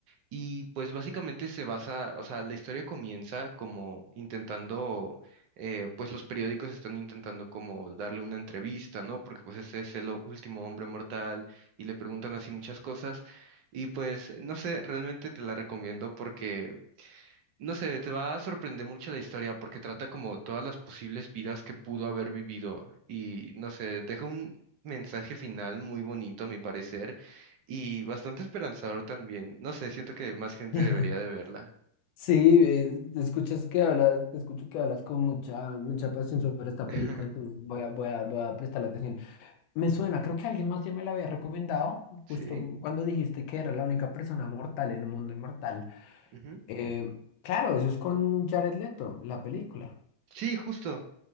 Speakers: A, on the right; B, on the left.
A: y pues básicamente se basa, o sea, la historia comienza como intentando, eh, pues los periódicos están intentando como darle una entrevista, ¿no? Porque pues ese es el o- último hombre mortal y le preguntan así muchas cosas. Y pues, no sé, realmente te la recomiendo porque no sé, te va a sorprender mucho la historia porque trata como todas las posibles vidas que pudo haber vivido y no sé, deja un mensaje final muy bonito a mi parecer y bastante esperanzador también. No sé, siento que más
B: <laughs>
A: gente debería de verla.
B: Sí, eh, te escuchas que hablas, te escucho que hablas con mucha, mucha pasión sobre esta
A: <laughs>
B: película, entonces voy a, voy a, voy a prestarle atención. Me suena, creo que alguien más ya me la había recomendado,
A: ¿Sí?
B: justo cuando dijiste que era la única persona mortal en un mundo inmortal.
A: Ujú.
B: Eh, claro, eso es con Jared Leto, la película.
A: Sí, justo.